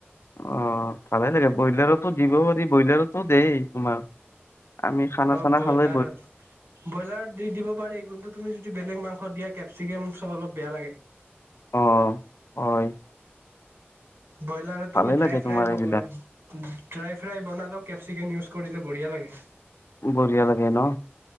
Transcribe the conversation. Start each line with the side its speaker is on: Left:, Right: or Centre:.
Left: অহ', ভালে লাগে। ব্ৰইলাৰতো দিব পাৰি, ব্ৰইলাৰতো দেই তোমাৰ। আমি খানা
Right: অহ
Left: চানা
Right: ', ব্ৰইলাৰত-
Left: খালে
Right: ব্ৰইলাৰত দি দিব পাৰি। কিন্তু তুমি যদি বেলেগ মাংস ষত দিয়া কেপচিকেম চ অলপ বেয়া লাগে।
Left: অহ ', হয়।
Right: ব্ৰইলাৰত তুমি
Left: ভালে
Right: ড্ৰাই
Left: লাগে
Right: ফ্ৰাই
Left: তোমাৰ এইবিলাক
Right: - ড্ৰাই ফ্ৰাই বনাল কেপচিকেম ইউচ কৰিলে বঢ়িয়া লাগে।
Left: বৰিয়া লাগে নহ',